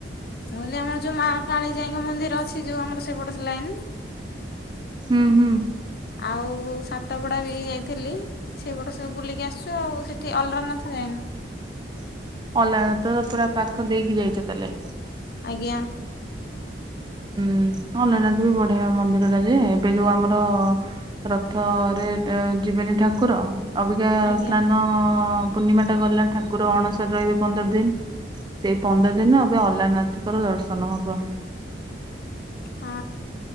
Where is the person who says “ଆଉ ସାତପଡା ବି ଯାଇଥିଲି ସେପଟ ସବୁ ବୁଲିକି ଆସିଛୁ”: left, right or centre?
Left